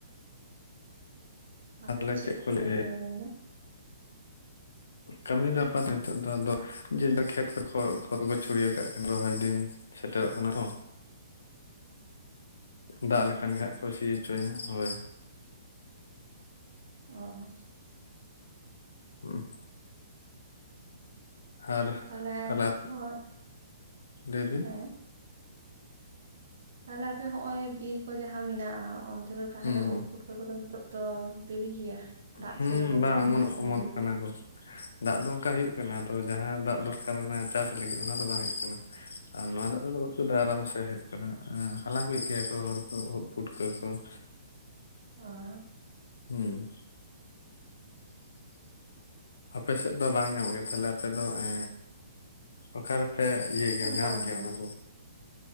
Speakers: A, on the left; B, on the right.
A: ᱛᱟᱦᱚᱞᱮ
B: ᱟᱯᱮ ᱫᱚ ᱪᱮᱫ ᱠᱚᱯᱮ
A: ᱠᱚ ᱞᱟᱹᱭ
B: ᱠᱟᱹᱢᱤ ᱵᱟᱲᱟᱭ ᱫᱟ?
A: ᱠᱟᱹᱢᱤ ᱫᱚ ᱟᱯᱟᱛᱚᱛᱚ ᱱᱤᱛᱚᱜ ᱫᱚ ᱠᱷᱮᱛ ᱠᱚ ᱠᱷ ᱠᱷᱚᱛ ᱠᱚ ᱪᱷᱩᱲᱤᱭᱟ ᱟᱠᱟᱫ ᱨᱚᱦᱚᱭ ᱫᱤᱱ, ᱥᱮᱴᱮᱨᱚᱜ ᱠᱟᱱᱟ ᱛᱚ,
B: ᱦᱮᱸ
A: ᱫᱟᱜ ᱞᱮᱠᱷᱟᱱ ᱜᱮ ᱦᱟᱸᱜ ᱠᱚ ᱥᱤ ᱦᱚᱪᱚᱭᱟ, ᱦᱳᱭ ᱾
B: ᱚᱻ
A: ᱦᱮᱸ, ᱟᱨ
B: ᱛᱟᱦᱚᱞᱮ
A: ᱛᱟᱞᱦᱮ
B: ᱱᱚᱜᱼᱚᱭ
A: ᱞᱟᱹᱭ ᱵᱤᱱ
B: ᱦᱮᱸ ᱛᱟᱦᱚᱞᱮ ᱟᱯᱮ ᱦᱚᱸᱜ ᱚᱭ ᱵᱤᱨ ᱠᱚ ᱡᱟᱦᱟᱸ ᱢᱮᱱᱟᱜᱼᱟ, ᱚᱱᱛᱮ ᱫᱚ ᱛᱟᱦᱚᱞᱮ
A: ᱦᱩᱸ
B: ᱩᱫ, ᱯᱩᱴᱠᱟᱹ ᱠᱚᱫᱚ ᱱᱤᱛᱚᱜ ᱫᱚ ᱫᱮᱨᱤ ᱜᱮᱭᱟ ᱫᱟᱜ
A: ᱦᱩᱸ
B: ᱥᱮᱨᱚᱠᱚᱢ
A: ᱵᱟᱝ ᱚᱢᱚᱱᱚᱜ
B: ᱦᱩᱭᱩᱜ
A: ᱚᱢᱚᱱᱚᱜ
B: ᱞᱟᱹᱭ
A: ᱠᱟᱱᱟ
B: ᱫᱟᱹᱧ
A: ᱠᱚ, ᱫᱟᱜ ᱫᱚ ᱚᱱᱠᱟ ᱦᱩᱭᱩᱜ ᱠᱟᱱᱟ᱾ ᱛᱚ ᱡᱟᱦᱟᱸ ᱫᱟᱜ ᱫᱚᱨᱠᱟᱨ ᱚᱱᱟ ᱪᱟᱥ ᱞᱟᱹᱜᱤᱫ ᱚᱱᱟ ᱫᱚ ᱵᱟᱝ ᱦᱩᱭᱩᱜ ᱠᱟᱱᱟ ᱟᱨ ᱱᱚᱣᱟ ᱫᱟᱜ ᱛᱮ ᱫᱚ <unintelligible> ᱾ ᱫᱟ ᱟᱨᱟᱢ ᱥᱮ ᱦᱮᱡ ᱠᱟᱱᱟ, ᱦᱟᱞᱟᱝ ᱟᱜᱩᱭᱮᱜ ᱜᱮᱭᱟ ᱠᱚ ᱦᱚᱲ ᱠᱚ ᱩᱫ, ᱯᱷᱩᱴᱠᱟᱹ ᱠᱚ ᱾
B: ᱟᱨ,
A: ᱦᱩᱸ, ᱟᱯᱮᱥᱮᱜ ᱫᱚ ᱵᱟᱝ ᱧᱟᱢᱚᱜ ᱜᱮᱭᱟ ᱛᱟᱦᱚᱞᱮ᱾ ᱟᱯᱮᱫᱚ ᱮ ᱚᱠᱟ ᱨᱮᱯᱮ? ᱤᱭᱟᱹ ᱜᱮᱭᱟ ᱧᱟᱢ
B: ᱵᱟᱝ
A: ᱜᱮᱭᱟ
B: ᱵᱟᱝ
A: ᱚᱱᱟ ᱠᱚ ᱾